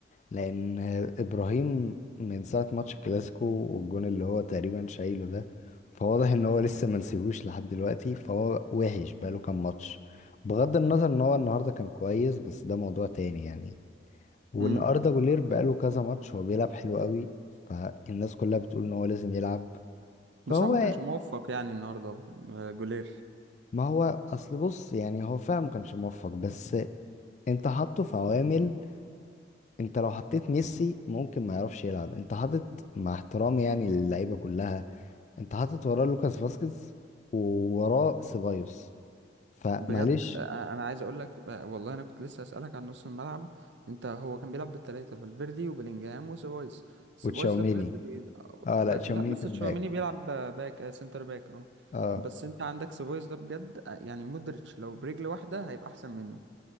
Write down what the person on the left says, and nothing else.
لأن إبراهيم من ساعة ماتش الكلاسيكو والجون اللي هو تقريبا شايله ده فواضح إن هو لسه منسيهوش لحد دلوقتي فهو وحش بقاله كام ماتش بغض النظر إن هو النهاردة كان كويس بس ده موضوع تاني يعني وإن
أردا جولير بقاله كذا ماتش هو بيلعب حلو قوي فالناس كلها بتقول إن هو لازم يلعب
فهو
ما هو اصل بص يعني هو فعلا ما كانش موفق بس انت حاطه في عوامل انت لو حطيت ميسي ممكن ما يعرفش يلعب انت حاطط مع احترامي يعني للعيبه كلها انت حاطط وراه لوكاس فاسكيز ووراه سيبايوس فمعلش
وتشاوميني
اه
لا تشاوميني
كان
باك
اه